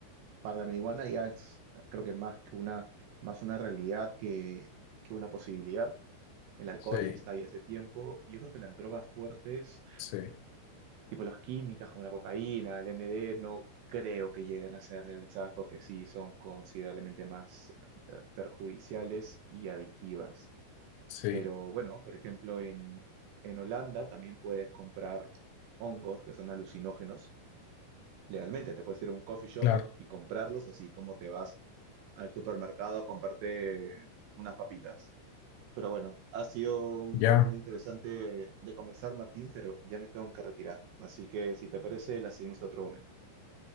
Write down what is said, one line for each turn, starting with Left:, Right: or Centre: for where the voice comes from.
Right: para la marihuana ya es, creo que más que una, más una realidad que, que una posibilidad. El alcohol
Left: Sí.
Right: ya está ahí hace tiempo. Yo creo que las drogas fuertes
Left: Sí,
Right: Tipo las químicas como la cocaína, el MD, no creo que lleguen a ser realizadas porque sí son considerablemente más eh, perjudiciales y adictivas.
Left: sí,
Right: Pero bueno, por ejemplo, en, en Holanda también puedes comprar hongos que son alucinógenos legalmente. Te puedes ir a un coffee shop
Left: claro,
Right: y comprarlos, así como te vas al supermercado a comprarte unas papitas. Pero bueno, ha sido un
Left: ya,
Right: tema muy interesante de conversar, Martín, pero ya me tengo que retirar. Así que si te parece, la seguimos en otro momento.